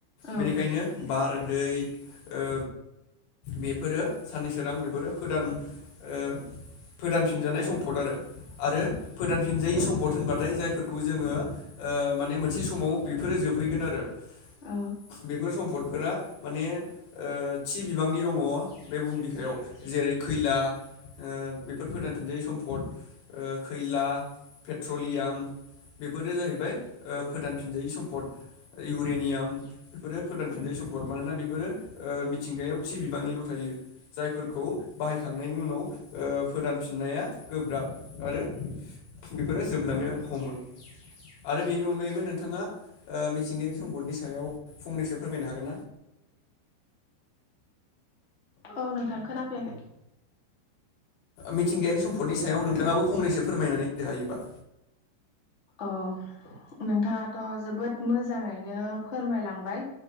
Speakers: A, on the left; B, on the left.
A: औ
B: बेनिखायनो बार दै ओ बेफोरो सानननि सोरां बेफोरो फोदान ओ फोदानफिनजानाय सम्फद आरो आरो फोदानफिनजायि सम पद होनबाथाय जायफोरखौ जोङो ओ माने मोनसे समाव बेफोरो जोबहैगोन आरो बेफोर
A: औ
B: सम्पद फोरा माने थि ओ बिबांनि दङ बे बुहुम बिखायाव जेरै खैला ओ बेफोर फोदानफिनजायै सम्फद खैला पेट्रलियाम बेफोरो जाहैबाय ओ फोदानफिनजायै सम्पद इउरेनियाम बेफोरो फोदानफिनजायि सम्फद मानोना बेफोरो ओ मिथिंगायाव थि बिबांनिल' थायो। जायफोरखौ बाहायखांनायनि उनाव फोदानफिननाया गोब्राब आरो बेफोरो जोबलांनो हमो आरो बेनि अनगायैबो नोंथाङा मिथिंगायारि सम्पदनि सायाव फंनैसो फोरमायनो हागोन ना
A: औ नोंथां खोनाफैयाखै
B: मिथिंगायारि सम्पदनि सायाव नोंथाङाबो फंनैसो फोरमायनानै होदो हायोबा
A: अ नोंथाङाथ' जोबोद मोजाङैनो फोरमायलांबाय